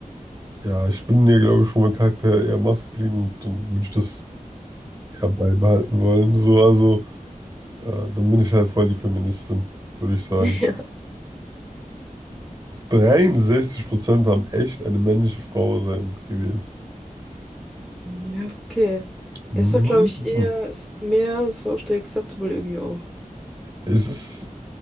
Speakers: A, on the right (about 25°); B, in the centre.
A: ja, ich bin ja, glaube ich, von meinem Charakter eher maskulin und dann würde ich das eher beibehalten wollen, so, also äh, dann bin ich halt voll die Feministin, würde ich sagen.
B: Ja.
A: 63% haben echt eine männliche Frau sein gewählt.
B: Ja, okay.
A: Mhm.
B: Er ist doch, glaube ich, eher, ist mehr socially acceptable irgendwie auch.
A: Es ist,